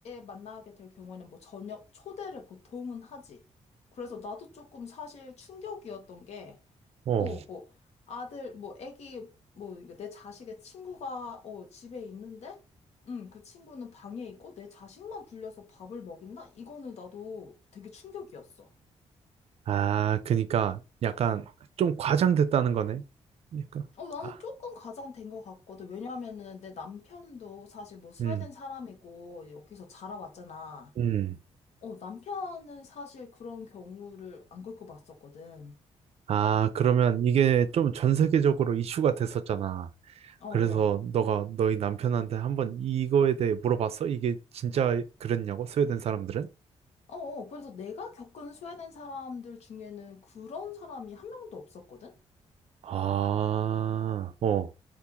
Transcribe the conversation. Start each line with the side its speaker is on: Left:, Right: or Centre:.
Left: 만나게 될 경우에는 뭐 저녁 초대를 보통은 하지. 그래서 나도 조금 사실 충격이었던 게
Right: 어.
Left: 어, 뭐, 아들, 뭐, 애기, 뭐, 그러니까 내 자식의 친구가, 어, 집에 있는데, 음, 그 친구는 방에 있고, 내 자식만 불려서 밥을 먹인다? 이거는 나도 되게 충격이었어.
Right: 아, 그니까 약간 좀 과장됐다는 거네. 그러니까
Left: 어, 나는
Right: 아,
Left: 조금 가장된 것 같거든. 왜냐하면은 내 남편도 사실 뭐 스웨덴
Right: 음,
Left: 사람이고, 여기서 자라왔잖아.
Right: 음.
Left: 어, 남편은 사실 그런 경우를 안 겪어봤었거든.
Right: 아, 그러면 이게 좀 전 세계적으로 이슈가 됐었잖아.
Left: 어,
Right: 그래서
Left: 어.
Right: 너가 너희 남편한테 한번 이거에 대해 물어봤어? 이게 진짜 그랬냐고? 스웨덴 사람들은?
Left: 어, 어. 그래서 내가 겪은 스웨덴 사람들 중에는 그런 사람이 한 명도 없었거든?
Right: 아, 어,